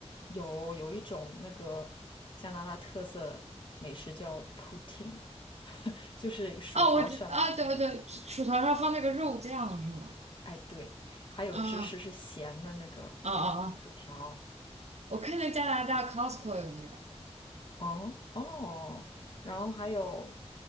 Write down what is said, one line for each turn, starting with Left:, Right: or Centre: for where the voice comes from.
Left: 有有一种那个加拿大特色美食叫 poutine，<laughs> 就是薯条上
Right: 哦，我知啊，对对，对，薯条上放那个肉酱是吗？
Left: 哎，对，还有芝士是咸的那个
Right: 啊啊啊啊！
Left: 薯条，
Right: 我看见加拿大 Costco 有那个，
Left: 哦哦，然后还有，